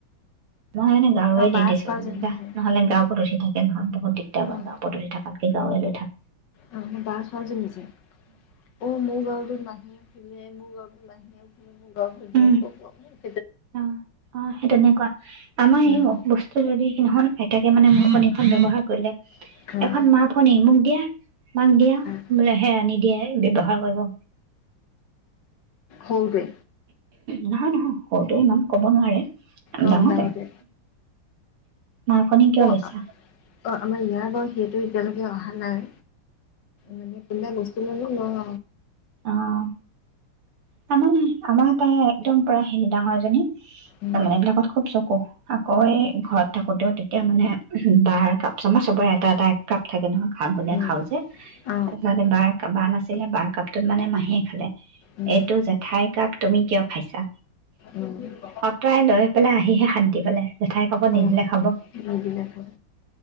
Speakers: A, on the right; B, on the left.
A: মই এনে গাঁৱে
B: বাৰ
A: দিছো
B: ছোৱালীজনী
A: বোলো দা
B: যে
A: নহলে গাঁৱতঠি থাকে নহয় বহুত দিগদাৰ
B: অ',
A: গাঁওত উঠি থকাাত গাঁৰুবো লৈ থাক
B: অ বা ছোৱালীজনি ন যে অ মোৰ গাঁৱতো নাহি মুগা বলে ম গান্ধী
A: উম
B: ক
A: অ অ সেই তেনেকুৱা আমাৰ
B: উম,
A: এই বস্তু যদি খন আইতাকে মানে মনিখন ব ব্যৱহাৰ কৰিলে
B: উম,
A: এখন মা ফনি ম দিয়া মাক দিয়া
B: উম,
A: বোলে সেৰানি দিয়ে ব্যৱহাৰ কৰিব
B: সৰুতে
A: নহয় নহয় সৰুতেৱে ইমান ক'ব নোৱাৰে
B: অ
A: ডাঙৰ
B: ডাঙতো
A: তাই মা ফণী কিয়
B: অ অ
A: লৈছা
B: অ আমাৰ ইয়াৰ বাৰু সেই টো এতিয়ালৈকে অহা নাই মানে কোবা বস্তু মনো ন
A: অঁ তাৰমানে আমাৰ তাই একদম প হেই ডাঙৰজনী
B: উম
A: তাৰমানে এই বিলাকত খুব চকু আকৌ ঘৰত থাকোতেও তেতিয়া মানে বাৰ কাপ চমাৰ চবৰে এটা এটা এক কাপ থাকে নহয় ঘাঁ গোে
B: উম
A: খাওঁ যে
B: অ
A: তাৰপিছ বাৰ বাৰ নাছিলে বাৰ কাপটোত মানে মাহীয়ে খালে
B: উম
A: এইটো জেঠাইৰ কাপ তুমি কিয় খাইছা
B: উম
A: অঁতৰাই লৈ পেলাই আহিহে শান্তি পাললে জেঠাইৰ কাপত
B: অ
A: নিদিলে খাব
B: নিদিলে খাব